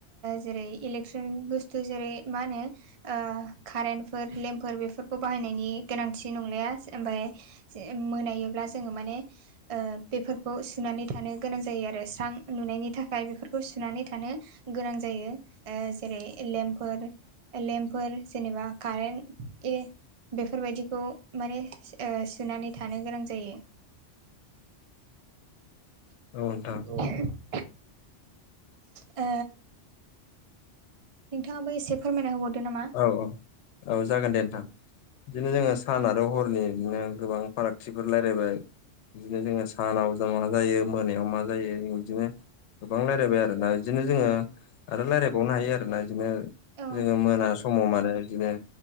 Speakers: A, on the right; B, on the left.
A: जेरै इलेकट्रनिक बुस्थु जेरै मा होनो ओ कारेन्टफोर लेम्पफोर बेफोरखौ बाहायनायनि गोनांथि नंलाया ओमफ्राय जे मोनायोब्ला जोङो माने ओ बेफोरखौ सुनानै थानो गोनां जायो आरो स्रां नुनायनि थाखाय बेफोरखौ सुनानै थानो गोनां जायो। ओ जेरै लेम्पफोर लेम्पफोर जेनेबा कारेन्ट ए बेफोरबायदिखौ माने सुनानै थानो गोनां जायो।
B: <unintelligible>
A: <inaudible> ओ नोंथाङाबो एसे फोरमायना होबावदो नामा?
B: औ औ औ जागोन दे। इदिनो जोङो सान आरो हरनि इदिनो गोबां फारागथिफोर राय्लायबाय। इदिनो जोङो सानाव जों मा जायो मोनायाव मा जायो इदिनो गोबां रायलायबाय आरो ना। इदिनो जोङो आरो रायलायबावनो हायो आरोना बिदिनो
A: औ औ
B: जोङो मोनास इदिनो